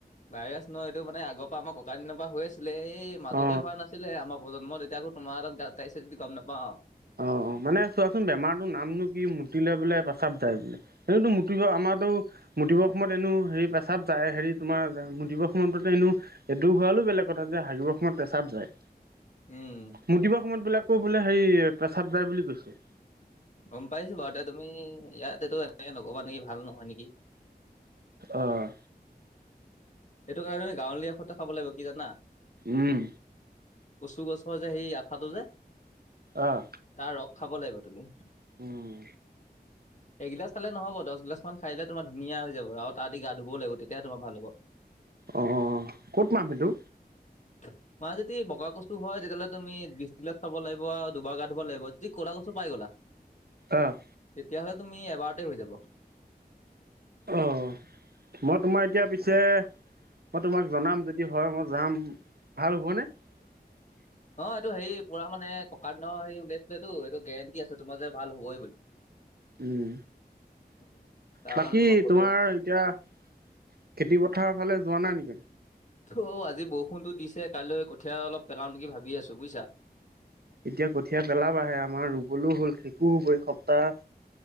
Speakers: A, on the left (about 45°); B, on the right (about 70°).
A: বাইৰাছ ন' এইটো মানে আগৰ পৰা আমাৰ ককাৰ দিনৰ পৰা হৈ আছিলে এই মাজতে
B: অ
A: হোৱা নাছিলে আমা প্ৰজন্মত তেতিয়া আকৌ তোমাৰ তাত গাত গাইছে যদি গম নাপাওঁ।
B: অ অ মানে চোৱাচোন, বেমাৰটোৰ নামনো কি মুতিলে বোলে পেছাৱ যায় বোলে। সেইটোতো মুতিলোৱা আমাৰটো মুতিব সময়ত এনেও হেৰি পেচাপ যায় হেৰি তোমাৰ মুতিব সময় এনেও এইটো হোৱা হলেও বেলেগ কথা, যে হাগিবৰ সময়ত পেছাব যায়।
A: উম
B: মুতিব সময়ত বোলে খুব বোলে হেৰি পেচাৱ যায় বুলি কৈছে।
A: গম পাইছো বাউ এতিয়া তুমি ইয়াতেটো এনেকে নকবা নেকি ভাল নহয় নেকি
B: অহ
A: সেইটো কাৰণে গাঁৱলীয়া ঔষত এটা খাব লাগিব। কি জানা
B: উম
A: কচু গছৰ যে সেই আঠাটো যে
B: আহ
A: তাৰ ৰস খাব লাগিব তুমি
B: উম।
A: এগিলাছ খালে নহব, দছ গিলাছ মান খাই তোমাৰ ধুনীয়া হৈ যাব আৰু তাহাতি গা ধুবও লাগিব। তেতিয়াহ তোমাৰ ভাল হব।
B: অহ অহ, কত পাম সেইটো
A: তোমাৰ যদি বগা কচু হয়। তেতিয়াহলে তুমি বিছ গিলাছ খাব লাগিব আৰু দুবাৰ গা ধুব লাগিব। যদি কলা কচু পাই গল
B: অহ
A: তেতিয়া হলে তুমি এবাৰতে হৈ যাব।
B: অ, মই তোমাৰ এতিয়া পিছে মই তোমাক জনাম যদি হয় মই যাম। ভাল হবনে? <inaudible>
A: অ এইটো হেৰি পুৰা মানে ককা দিনৰ হে ওলাইছিলেতো এইটো গেৰেণ্টি আছে। তোমাৰ যে ভাল হবই বুলি
B: উম
A: <inaudible>
B: বাকী
A: তোমাক ক'লোৱে
B: তোমাৰ এতিয়া খেতি পথাৰৰ ফালে যোৱা নাই নেকি?
A: অহ, আজি বৰষুণতো দিছে। কাইলৈ কঠীয়া অলপ পেলাওঁ নেকি ভাবি আছোঁ। বুইচা
B: এতিয়া কঠীয়া পেলাবা হে আমাৰ ৰুবলৈও হল। শেকো হব এই সপ্তাহ।